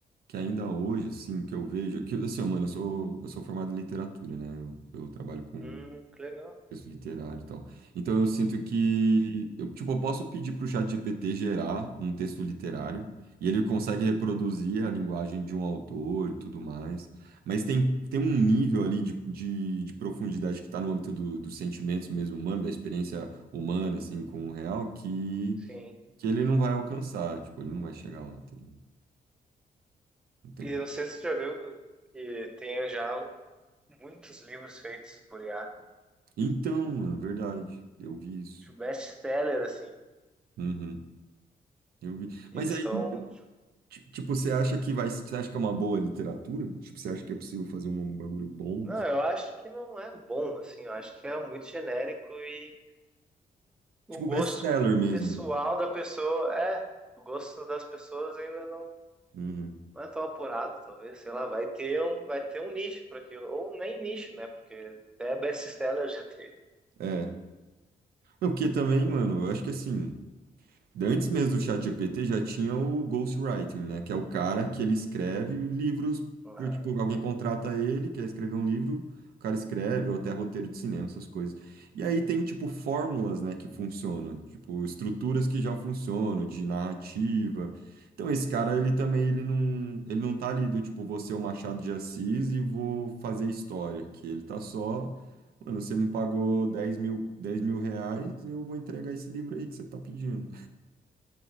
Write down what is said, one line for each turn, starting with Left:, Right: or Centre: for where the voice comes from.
Right: que ainda hoje, assim, que eu vejo, que, assim, ó, mano, eu sou, eu sou formado em literatura, né? Eu, eu trabalho com
Centre: Hum, que legal.
Right: texto literário e tal. Então eu sinto que,
Centre: Uhum.
Right: eu, tipo, eu posso pedir pro ChatGPT gerar um texto literário e ele consegue reproduzir a linguagem de um autor e tudo mais. Mas tem, tem um nível ali de, de, de profundidade que está no âmbito do- dos sentimentos mesmo humano, da experiência humana, assim, com o real, que,
Centre: Sim.
Right: que ele não vai alcançar, tipo, ele não vai chegar lá, tá ligado? Entendi.
Centre: E eu não sei se tu já viu que tem já muitos livros feitos por IA.
Right: Então, é verdade. Eu vi isso.
Centre: Tipo, best-seller, assim.
Right: Uhum, eu vi.
Centre: E
Right: Mas
Centre: eles
Right: aí,
Centre: estão.
Right: ti- tipo, você acha que vai, você acha que é uma boa literatura? Tipo, você acha que é possível fazer um um bagulho bom?
Centre: Não,
Right: assim?
Centre: eu acho que não é bom, assim. Eu acho que é muito genérico e o
Right: Tipo,
Centre: gosto
Right: best-seller mesmo.
Centre: pessoal
Right: né?
Centre: da pessoa. É, o gosto das pessoas ainda não.
Right: Uhum.
Centre: não é tão apurado, talvez, sei lá, vai ter um, vai ter um nicho para aquilo, ou nem nicho, né? Porque até best-seller já teve.
Right: É. Não, porque também, mano, eu acho que assim. Antes mesmo do ChatGPT já tinha o ghostwriting, né? Que é o cara que ele escreve livros,
Centre: Ah,
Right: por- tipo, alguém contrata ele, quer escrever um livro, o cara escreve, ou até roteiro de cinema, essas coisas. E aí tem, tipo, fórmulas,
Centre: sim.
Right: né, que funcionam, tipo, estruturas que já funcionam, de narrativa. Então esse cara, ele também, ele não, ele não tá ali do tipo, vou ser o Machado de Assis e vou fazer história, que ele tá só... Mano, você me pagou
Centre: Uhum.
Right: 10 mil, 10 mil reais, eu vou entregar esse livro aí que você tá pedindo.